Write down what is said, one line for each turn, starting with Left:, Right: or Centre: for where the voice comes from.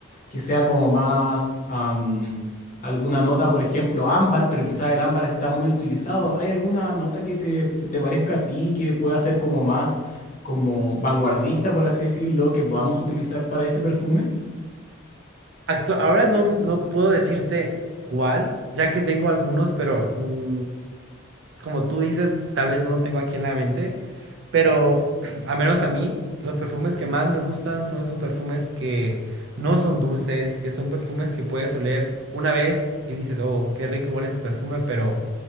Left: que sea como más am, alguna nota, por ejemplo, ámbar, pero quizás el ámbar está muy utilizado. ¿Hay alguna nota que te, te parezca a ti que pueda ser como más como vanguardista, por así decirlo, que podamos utilizar para ese perfume?
Right: Actu- ahora no, no puedo decirte cuál, ya que tengo algunos, pero mm, como tú dices, tal vez no lo tengo aquí en la mente. Pero, <clears throat> al menos a mí, los perfumes que más me gustan son esos perfumes que no son dulces, que son perfumes que puedes oler una vez y dices, oh, qué rico huele ese perfume, pero